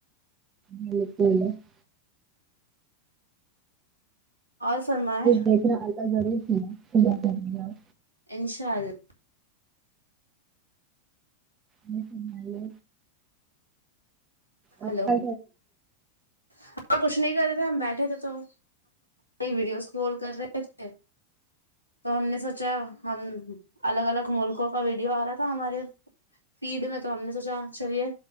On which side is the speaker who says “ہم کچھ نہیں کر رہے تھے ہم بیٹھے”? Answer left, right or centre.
Left